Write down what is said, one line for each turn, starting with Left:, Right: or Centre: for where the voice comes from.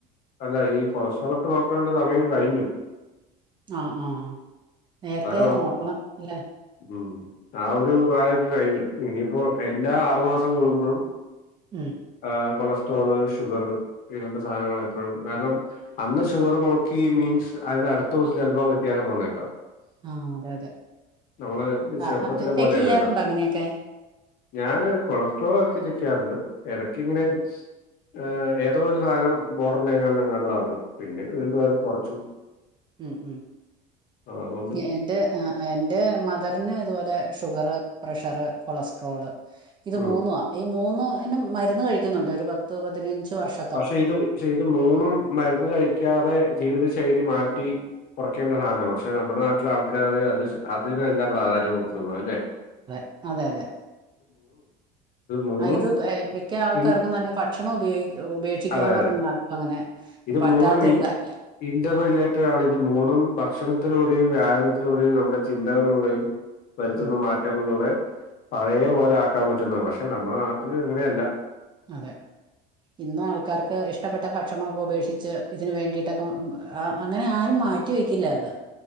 Left: അല്ല ഈ കൊളസ്ട്രോളൊക്കെ നോക്കാണ്ട് സമയം കഴിഞ്ഞു
Right: ആഹ് ആഹ് നേരത്തെ
Left: അതൊക്കെ
Right: നോക്കണം ഇല്ലേ
Left: ഉം ആഹ് ഒരു പ്രായക്കെ കഴിഞ്ഞു ഇനിയിപ്പോ എല്ലാ ആറുമാസം കൂടുമ്പോഴും.
Right: ഉം.
Left: ആഹ് കൊളസ്ട്രോള് ഷുഗറ് ഈരണ്ട് സാധനങ്ങൾ എപ്പോഴും കാരണം. അന്ന് ഷുഗർ നോക്കി മീൻസ് അത് അടുത്ത ദിവ്സോം ചെൽപ്പോ വ്ത്യാസം വന്നേക്കാം.
Right: ആ അതെ അതെ
Left: നമ്മള് ചെറുപ്പത്തിലെ
Right: ആ ചെക്ക്
Left: പോലെയലല്ലോ.
Right: ചെയ്യാറുണ്ടോ അങ്ങനെയൊക്കെ
Left: ഞാന് കൊളസ്ട്രോൾ എടക്ക്‌ ചെക്കെയാറുണ്ട് എടക്ക്ങ്ങനെ.
Right: ഉം
Left: ഏഹ് ഏതോരുസാനം ബോർഡർ ലൈനാണ് എന്ന്ങ്ങാണ്ടോ പറഞ്ഞു പിന്നെ വീണ്ടും അത് കൊർച്ചു.
Right: ഉം ഉം
Left: അതുകൊണ്ട്
Right: എഹ് എന്റെ ആഹ്. എൻ്റെ മദർന് ഇത്പോലെ ഷുഗറ് പ്രഷറ് കൊളസ്ട്രോള് ഇത്
Left: ഉം
Right: മൂന്നും ആഹ് ഈ മൂന്ന്നും മരുന്ന് കഴിക്കുന്നുണ്ട് ഒര് പത്ത് പതിനഞ്ച് വർഷം.
Left: പഷെ ഇത് ഷെ ഇത് മൂന്നും മരുന്ന് കഴിക്കാതെ ജീവിത ശൈലി മാറ്റി കൊറയ്ക്കേണ്ട സാനവ പഷെ നമ്മ്ടെ നാട്ടിലെ ആൾക്കാര് അത് ശ അതിന് അല്ല പ്രാധാന്യം കൊടുക്ക്ന്ന്ല്ലെ.
Right: തെ അതെ അതെ
Left: മൂന്നും
Right: ആഹ് ഇത് എഹ്
Left: ഇ-
Right: മിക്ക ആൾക്കാർക്കും
Left: ഇൻ
Right: തന്നെ കട്ട് ഭക്ഷണം ഉപേ ഉപേക്ഷിക്കാന്ന്
Left: അതെ അതെ
Right: പറഞ്ഞാൽ അങ്ങനെ.
Left: ഇത്
Right: പറ്റാത്ത
Left: മൂന്ന് മീൻ
Right: ഒരു കാര്യം
Left: ഇന്റർറിലേറ്റഡ് ആണ് ഇത് മൂന്നും ഭക്ഷണത്തിലൂടെയും വ്യായാമത്തിലൂടെയും നമ്മുടെ ചിന്തകളിലൂടെയും. വര്ത്തുന്ന
Right: ഉം
Left: മാറ്റങ്ങളിലൂടെ പഴയ പോലെ ആക്കാൻ പറ്റുന്ന പക്ഷെ നമ്മുടെ നാട്ടില് അങ്ങനെയല്ല.
Right: അതെ. ഇന്ന് ആൾക്കാര്ക്ക് ഇഷ്ടപ്പെട്ട ഭക്ഷണോക്കെ ഉപേക്ഷിച്ച് ഇതിന് വേണ്ടിയിട്ടൊക്കെ അങ്ങനെ ആരും മാറ്റ് റ്റിവെക്കില്ല അത്